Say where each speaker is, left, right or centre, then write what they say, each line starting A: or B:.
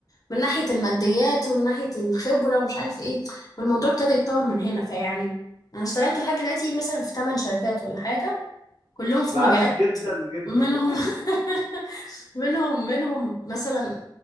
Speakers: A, on the left; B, on the right.
A: من ناحية الماديات ومن ناحية الخبرة ومش عارف ايه والموضوع ابتدى يتطور من هنا فيعني انا اشتغلت لحد دلوقتي مثلا في 8 شركات ولا حاجة كلهم في
B: ده
A: مجالات
B: عاش جدا جدا
A: منهم
B: يعني <laughs>
A: <laughs> منهم منهم مثلا